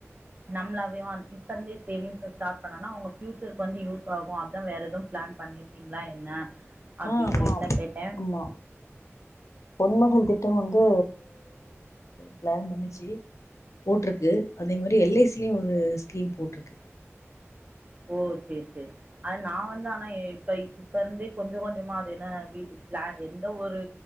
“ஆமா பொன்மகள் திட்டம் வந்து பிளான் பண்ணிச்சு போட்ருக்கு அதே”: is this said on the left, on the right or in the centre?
Left